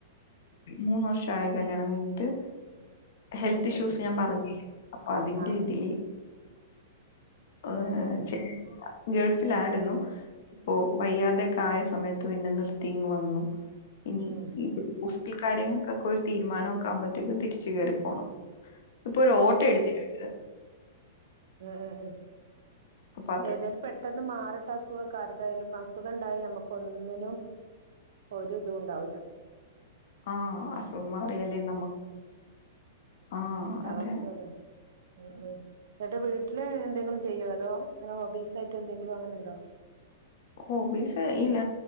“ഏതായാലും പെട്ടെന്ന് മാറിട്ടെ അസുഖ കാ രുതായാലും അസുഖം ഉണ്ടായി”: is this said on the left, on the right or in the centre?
Right